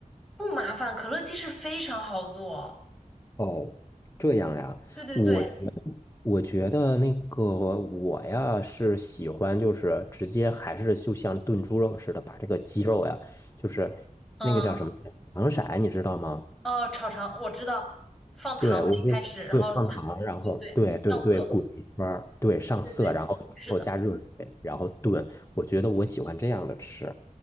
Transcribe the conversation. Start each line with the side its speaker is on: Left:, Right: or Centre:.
Centre: 不麻烦，可乐鸡翅非常好做。
Left: 哦，这样呀，
Centre: 对对对，
Left: 我觉得我觉得那个我呀是喜欢，就是直接还是就像炖猪肉似的，把这个鸡肉呀，就是那个叫什么糖色，
Centre: 嗯，
Left: 你知道吗？
Centre: 哦，炒肠我知道，放糖嘛一开始，
Left: 对，我就对放糖，
Centre: 然后它，
Left: 然后对对对滚一圈儿，
Centre: 对对对，上色，
Left: 对上色，
Centre: 对对对，
Left: 然后然后加热水，
Centre: 是的。
Left: 然后炖。我觉得我喜欢这样的吃。